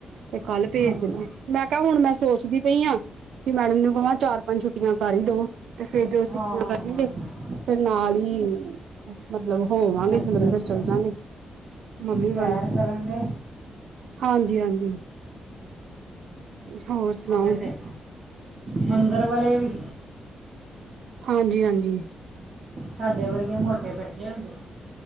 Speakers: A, on the right; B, on the right.
A: ਤੇ ਕੱਲ
B: ਹੂੰ
A: ਭੇਜ
B: ਹੂੰ
A: ਦੇਣਾ ਮੈਂ ਕਿਹਾ ਹੁਣ ਮੈਂ ਸੋਚਦੀ ਪਈ ਹਾਂ ਕਿ ਮੈਡਮ ਨੂੰ ਕਵਾਂ। ਚਾਰ-ਪੰਜ ਛੁੱਟੀਆਂ ਕਰ ਹੀ ਦੋ ਤੇ ਫੇਰ ਜੋ
B: ਹਾਂ ਹਾਂ
A: ਕਰਨਗੇ,
B: ਹਾਂ
A: ਫ ਨਾਲ ਹੀ ਮਤਲਬ ਹੋਵਾਂਗੇ
B: ਅੱਛਾ
A: ਜਲੰਧਰ
B: ਅੱਛਾ
A: ਚੱਲ ਜਾਾਂਗੇ ਮੰਮੀ
B: ਸੈਰ
A: ਵੱਲ
B: ਕਰਨ ਦੇ
A: ਹਾਂਜੀ-ਹਾਂਜੀ ਹੋਰ ਸੁਣਾਓ?
B: ਉਹਦੇ ਤੇ ਮੰਦਰ ਵਾਲਲੇ ਵੀ??
A: ਹਾਂਜੀ-ਹਾਂਜੀ
B: ਸਾਡੇ ਪਰ ਮੋਟੇ ਬੈਠੇ ਹੁੰਦੇ